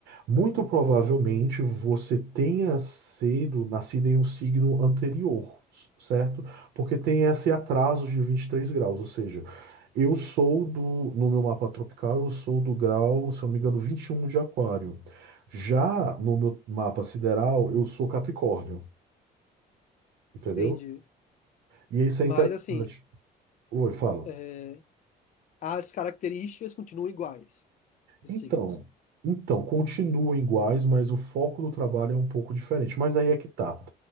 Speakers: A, on the right; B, on the left.
A: muito provavelmente você tenha sido nascido em um signo anterior, s- certo? Porque tem esse atraso de 23 graus, ou seja, eu sou do, no meu mapa tropical, eu sou do grau, se eu não me engano, 21 de aquário. Já no meu mapa sideral, eu sou Capricórnio, entendeu?
B: Entendi.
A: E isso
B: Mas,
A: é interessante.
B: assim...
A: Oi, fala.
B: eh, as características continuam iguais dos
A: Então,
B: signos.
A: então, continuam iguais, mas o foco do trabalho é um pouco diferente. Mas aí é que tá.